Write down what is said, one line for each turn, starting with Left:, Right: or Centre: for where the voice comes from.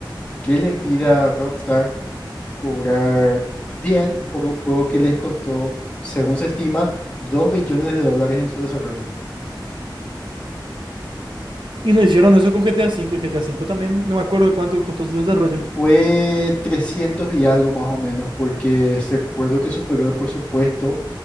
Left: ¿qué le impide a Rockstar cobrar 100 por un juego que les costó, según se estima, 2 billones de dólares en su desarrollo?
Right: Y no hicieron eso con GTA cinco y GTA cinco también. No me acuerdo cuánto costó su desarrollo.
Left: Fue 300 y algo más o menos, porque se recuerdo que superó el presupuesto